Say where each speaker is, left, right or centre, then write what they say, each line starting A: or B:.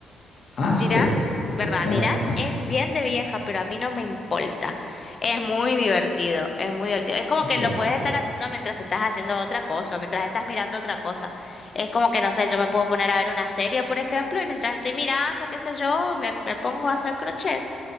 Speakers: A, on the left; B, on the left.
A: Ah, súper,
B: Dirás,
A: súper,
B: ¿verdad?
A: va,
B: Dirás,
A: va. Ajá,
B: es bien de vieja, pero a mí no me importa. Es muy divertido, es muy divertido. Es como
A: súper,
B: que lo puedes
A: súper.
B: estar haciendo mientras estás haciendo otra cosa, mientras estás mirando otra cosa. Es como que, no sé, yo me puedo poner a ver una serie, por ejemplo, y mientras estoy mirando, qué sé yo, me, me pongo a hacer crochet,